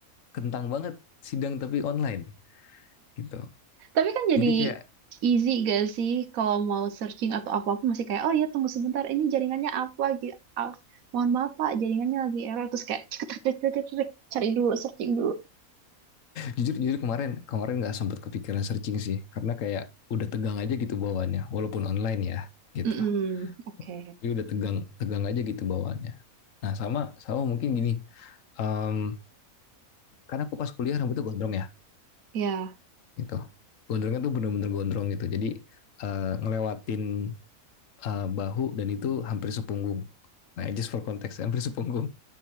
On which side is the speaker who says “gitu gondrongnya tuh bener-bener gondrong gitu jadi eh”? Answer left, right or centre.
Left